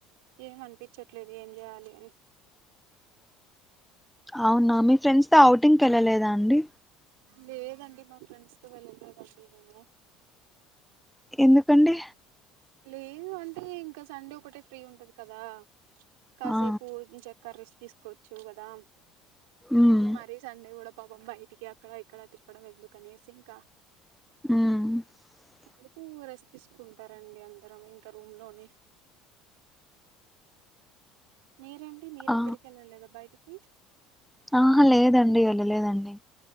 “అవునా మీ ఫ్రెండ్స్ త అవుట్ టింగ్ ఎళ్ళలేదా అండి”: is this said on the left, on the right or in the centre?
Centre